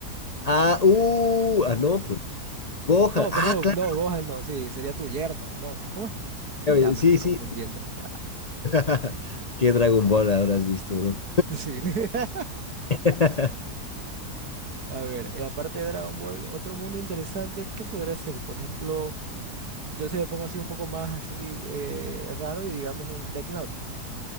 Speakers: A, on the left; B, on the right.
A: Ah, uh,
B: Uh.
A: ah, no, pues Gohan.
B: No,
A: Ah,
B: perdón,
A: claro,
B: no, Gohan no, sí, sería tu yerno, no. ¿Cómo es?
A: ya vi,
B: Ya me
A: sí,
B: estoy confundiendo.
A: sí.
B: ya.
A: <laughs> ¿Qué Dragon Ball habrás visto, bro?
B: <laughs> Sí. <laughs>
A: <laughs>
B: A ver, eh, aparte de Dragon Ball, otro mundo interesante, ¿qué podría ser? Por ejemplo, yo si me pongo así un poco más así eh, raro y digamos un Death Note.